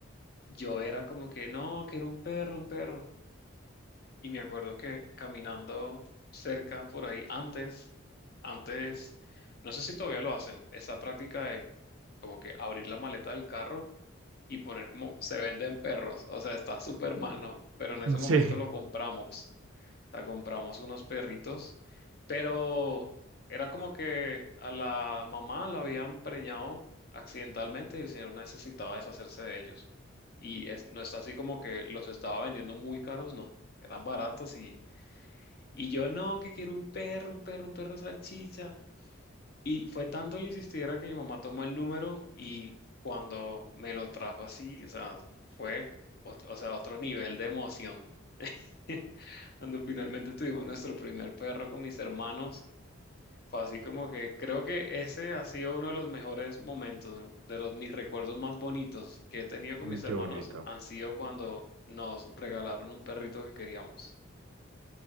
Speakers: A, on the left; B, on the right.
A: yo era como que no, que era un perro, un perro. Y me acuerdo que caminando cerca por ahí antes, antes, no sé si todavía lo hacen, esa práctica de como que abrir la maleta del carro y poner como se venden perros. O sea, está súper mal, ¿no? Pero en ese
B: Sí,
A: momento lo compramos. O sea, compramos unos perritos, pero era como que a la mamá la habían preñado accidentalmente y el señor necesitaba deshacerse de ellos. Y es, no está así como que los estaba vendiendo muy caros, no. Eran baratos y, y yo no, que quiero un perro, un perro, un perro salchicha. Y fue tanto el insistiera que mi mamá tomó el número y cuando me lo trajo así, o sea, fue, o, o sea, otro nivel de emoción. <laughs> Cuando finalmente tuvimos nuestro primer perro con mis hermanos, fue así como que creo que ese ha sido uno de los mejores momentos, de los mis recuerdos más bonitos que he tenido con
B: Mm,
A: mis
B: qué
A: hermanos
B: bonito.
A: han sido cuando nos regalaron un perrito que queríamos.